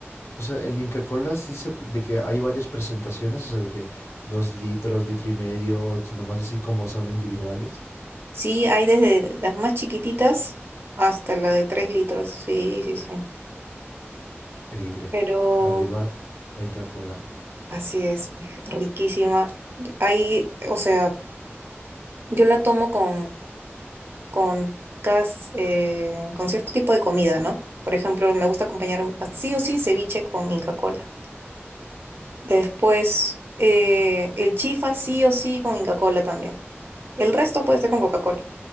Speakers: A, on the left; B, on the right.
A: o sea, el Inca Kola sí se, de que hay varias presentaciones, o sea, de que dos litros, litro y medio, o nomás así como son individuales.
B: Sí, hay desde las más chiquititas hasta la de 3 litros. Sí, sí, sí.
A: Increíble.
B: Pero
A: Arriba, la Inca Kola.
B: así es, es riquísima. Hay, o sea, yo la tomo con con, cas- eh, con cierto tipo de comida, ¿no? Por ejemplo, me gusta acompañar a- sí o sí ceviche con Inca Kola. Después, eh, el chifa sí o sí con Inca Kola también. El resto puede ser con Coca-Cola,